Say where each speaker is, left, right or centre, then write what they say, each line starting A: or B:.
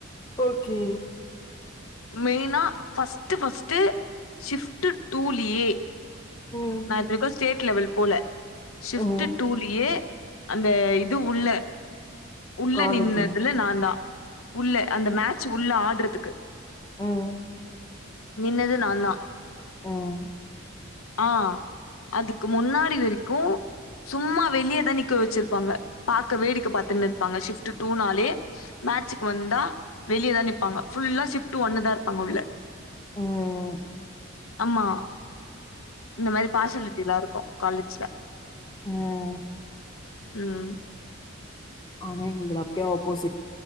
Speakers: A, on the left; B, on the left.
A: ஓகே
B: மெய்னா ஃபர்ஸ்ட் ஃபர்ஸ்ட்டு ஷிஃப்ட்டு டூலியே
A: ம்
B: நா <unintelligible> ஸ்டேட் லெவல் போல ஷிஃப்டு
A: ம்
B: டூலியே அந்த இது உள்ள உள்ள
A: காலேஜ்ல
B: நின்னதுல நான் தான் உள்ள அந்த மேட்ச் உள்ள ஆள் பண்றதுக்கு
A: உஹம்
B: நின்னது நான் தா
A: உஹம்
B: ஆஹ் அதுக்கு முன்னாடி வரைக்கும் சும்மா வெளியேதான் புக்கு வச்சிருப்பாங்க பார்க்க வேடிக்கை பார்த்து இருப்பாங்க ஷிபிட் டூ நாலே மேட்சுக்கு வந்தா வெளியேதான் நீப் ஆமா ஷிஃப்ட்டு ஒன் தா இருப்பா உள்ள
A: உஹம்
B: ஆமா இந்த மாரி பார்சாலிட்டி எல்லாம் இருக்கும் காலேஜ்ல
A: உஹம்
B: உம்
A: ஆனா எங்க அப்படியே ஆப்போசிட்